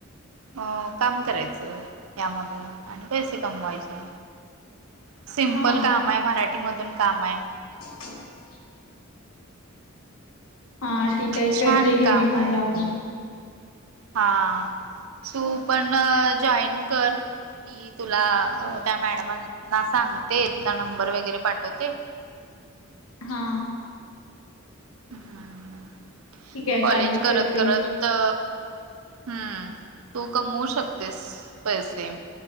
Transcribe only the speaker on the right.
अं काम करायचं यामधून आणि पैसे कमवायचे सिमपल
काम आहे मराठीमधून काम आहे
छान
काम
आहे
हा तू पण जॉईन कर मी तुला त्या मॅडमांना सांगते तुझा नंबर वगैरे पाठवते
हम्म
कॉलेज
करत
करत
अ हम् तू कमवू शकतेस पैसे